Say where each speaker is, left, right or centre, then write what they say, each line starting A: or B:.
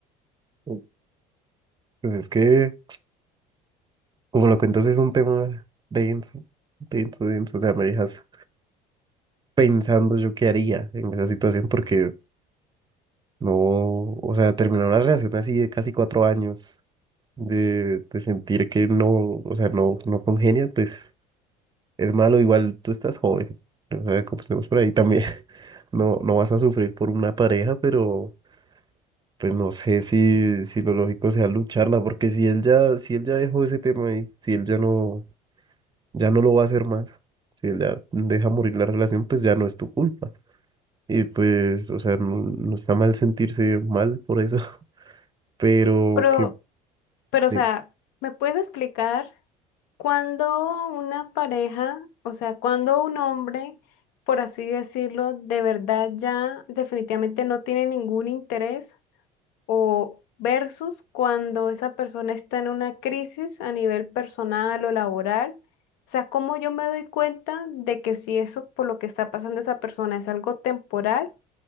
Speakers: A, on the right; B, on the left.
A: Mm. Pues es que, como lo cuentas, es un tema denso, denso, denso, o sea, me dejas pensando yo qué haría en esa situación porque no, o sea, terminar una relación así de casi cuatro años, de, de sentir que no, o sea, no, no congenia, pues... es malo, igual tú estás joven, o sea, comencemos por ahí también. <laughs> No, no vas a sufrir por una pareja, pero pues no sé si, si lo lógico sea lucharla, porque si él ya, si él ya dejó ese tema ahí, si él ya no, ya no lo va a hacer más, si él ya deja morir la relación, pues ya no es tu culpa. Y pues, o sea, no, no está mal sentirse mal por eso, <laughs> pero
B: Pero,
A: que,
B: pero, o
A: eh,
B: sea, ¿me puedes explicar cuándo una pareja, o sea, cuándo un hombre, por así decirlo, de verdad ya definitivamente no tiene ningún interés? o versus cuando esa persona está en una crisis a nivel personal o laboral. O sea, cómo yo me doy cuenta de que si eso por lo que está pasando esa persona es algo temporal